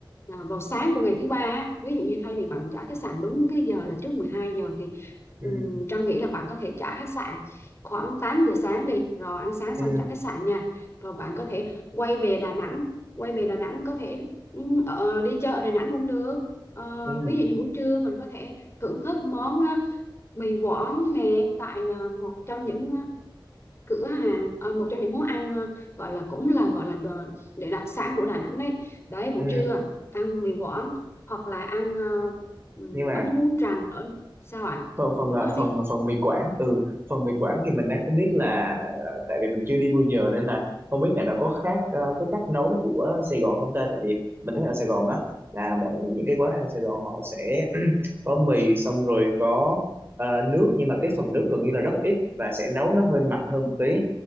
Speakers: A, on the left; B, on the right.
A: à, vào sáng của ngày thứ ba á, ví dụ như thay vì bạn trả khách sạn đúng cái giờ là trước mười hai giờ thì um,
B: ừ
A: Trâm nghĩ là bạn có thể trả khách sạn khoảng 8 giờ sáng đi rồi ăn sáng xong
B: ừ
A: trả khách sạn nha rồi bạn có thể quay về Đà Nẵng quay về Đà Nẵng có thể Ừ, Ờ, đi chợ ở Đà Nẵng cũng được ờ,
B: ừ
A: ví dụ như buổi trưa mình có thể thưởng thức món ờ, mì Quảng nè tại ờ, một trong những ờ, cửa hàng ờ, một trong những món ăn ờ, gọi là cũng là gọi là đồ- để đặc sản của Đà Nẵng đấy đấy buổi
B: ừ
A: trưa ăn mì Quảng hoặc là ăn ờ, ừm,
B: nhưng mà
A: bánh cuốn tràng nữa sao ạ
B: phần
A: à?
B: phần
A: cứ
B: ờ,
A: nói đi
B: phần ờ, phần mì quảng ừ phần mì quảng thì mình đang không biết là ờ, tại vì mình chưa đi bao giờ nên là không biết là nó có khác ờ, cái cách nấu của Sài Gòn không ta tại vì mình thấy ở Sài Gòn á là mọi những cái quán ăn ở Sài Gòn họ sẽ <clears throat> có mì xong rồi có ờ, nước nhưng mà cái phần nước gần như là rất ít và sẽ nấu nó hơi mặn hơn một tí